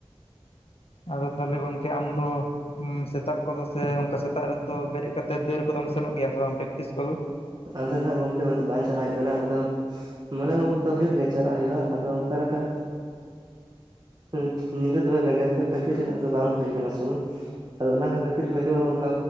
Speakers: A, on the left; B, on the right.
A: ᱟᱫᱚ ᱛᱟᱦᱚᱞᱮ ᱜᱚᱢᱠᱮ ᱟᱢ ᱫᱚ ᱩᱸᱢ ᱥᱮᱛᱟᱜ ᱠᱚᱫᱚ ᱥᱮ ᱚᱱᱠᱟ ᱥᱮᱛᱟᱜ ᱨᱮᱫᱚ ᱵᱮᱨᱮᱫ ᱠᱟᱛᱮ ᱫᱟᱹᱲ ᱠᱚᱫᱚᱢ ᱥᱮᱱᱚᱜ ᱜᱮᱭᱟ ᱥᱮ ᱵᱟᱝ ᱯᱨᱮᱠᱴᱤᱥ ᱠᱚᱫᱚ?
B: ᱟᱫᱚ ᱱᱥᱦᱟᱜ ᱜᱚᱝᱠᱮ ᱢᱮᱱᱛᱮ ᱵᱟᱝ ᱪᱟᱞᱟᱜ ᱦᱩᱭᱩᱜ ᱠᱟᱱᱟ ᱟᱫᱚ ᱢᱚᱱᱮ ᱩᱱ ᱫᱚ ᱦᱩᱭᱩᱜ ᱜᱮᱭᱟ ᱪᱟᱞᱟᱜ ᱦᱩᱭᱩᱜᱼᱟ ᱟᱫᱚ ᱚᱱᱠᱟ ᱞᱮᱠᱟ ᱦᱩᱸ ᱧᱤᱫᱟᱹ ᱫᱚᱢᱮ ᱵᱮᱸᱜᱟᱭ ᱦᱚᱭᱩᱜ ᱠᱷᱟᱹᱛᱤᱨ ᱟᱫᱚ ᱵᱟᱝ ᱦᱩᱭ ᱟᱠᱟᱱᱟ ᱥᱚᱢᱚᱭ᱾ ᱟᱫᱚ ᱚᱱᱟ ᱠᱚ ᱠᱷᱟᱹᱛᱤᱨ ᱦᱚᱭᱛᱚ ᱚᱱᱠᱟ